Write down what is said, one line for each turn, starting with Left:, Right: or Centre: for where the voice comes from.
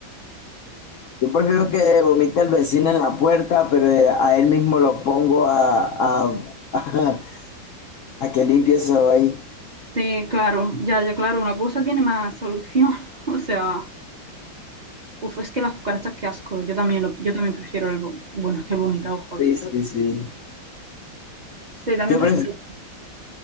Left: Yo prefiero que vomite el vecino en la puerta, pero eh, a él mismo lo pongo a, a, <laughs> a, que limpie eso ahí.
Right: Sí, claro, ya, ya, claro, una cosa tiene más solución. <laughs> O sea, uf, es que las cucarachas, qué asco. Yo también, lo- yo también prefiero el... vo- Bueno, es que he vomitado, joder.
Left: Sí, sí, sí.
Right: Sí, también
Left: ¿Qué
Right: prefiero.
Left: prefieres?